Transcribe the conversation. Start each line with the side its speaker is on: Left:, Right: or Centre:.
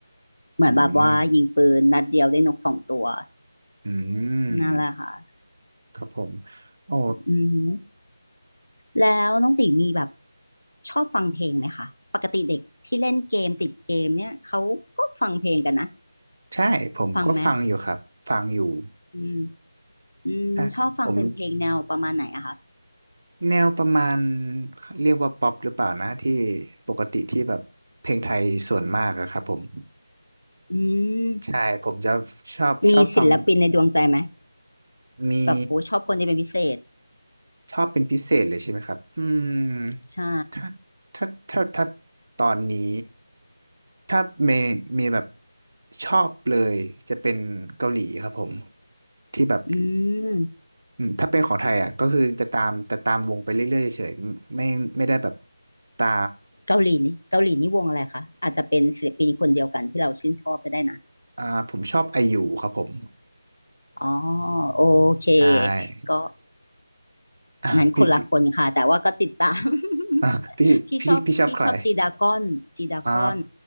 Left: เหมือนแบบว่ายิงปืนนัดเดียวได้นกสองตัว
Right: อืมอืม
Left: นั่นแหละค่ะ
Right: ครับผมโอ้
Left: อือหือแล้วน้องตีมีแบบชอบฟังเพลงไหมคะปกติเด็กที่เล่นเกมติดเกมเนี่ยเขาก็ฟังเพลงกันนะ
Right: ใช่ผมก็ฟังอยู่ครับฟังอยู่
Left: ฟังไหมอืมอืมชอบฟังเป็นเพลงแนวประมาณไหนอะคะ
Right: อ่ะผมแนวประมาณเรียกว่าป๊อปหรือเปล่านะที่ปกติที่แบบเพลงไทยส่วนมากอะครับผม
Left: อืม
Right: ใช่ผมจะชอบชอบฟัง
Left: มีศิลปินในดวงใจไหม
Right: มี
Left: แบบโอ้ชอบคนที่เป็นพิเศษ
Right: ชอบเป็นพิเศษเลยใช่ไหมครับ อืม
Left: ใช่
Right: ถ้าถ้าถ้าถ้าตอนนี้ ถ้าเมย์เมย์แบบชอบเลย จะเป็นเกาหลีครับผม ที่แบบ
Left: อืม
Right: อืมถ้าเป็นของไทยอ่ะก็คือจะตามจะตามวงไปเรื่อยๆเฉยๆไม่ไม่ได้แบบ ตา
Left: เกาหลีนี่เกาหลีนี่วงอะไรคะอาจจะเป็นศิลปินคนเดียวกันที่เราชื่นชอบก็ได้นะ
Right: อ่าผมชอบไอยูครับผม
Left: อ๋อโอเค
Right: ใช่
Left: ก็
Right: <laughs> อ่ะพี่พี่
Left: งั้นคนละคนค่ะแต่ว่าก็ติดตาม <laughs>
Right: <laughs> อ่ะพี่พี่พี่ชอบใคร
Left: พี่ชอบพี่ชอบจีดากอนจีดากอน
Right: อ่า